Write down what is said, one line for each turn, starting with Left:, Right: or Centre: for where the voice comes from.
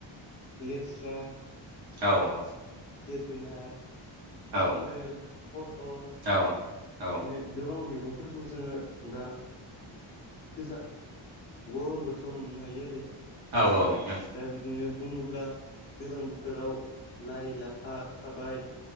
Left: लेस्रा
Right: औ
Left: जोगोनार, काख्रेल,
Right: औ
Left: पटल
Right: औ औ
Left: बिदिनो गोबां मैगंफोरखौ जोंङो दा गोजा गरम बोथोराव मोननो हायो आरो।
Right: औ औ नोंथां
Left: दा बिदिनो बुङोब्ला गोजां बोथोराव लाइ, लाफा थाबाय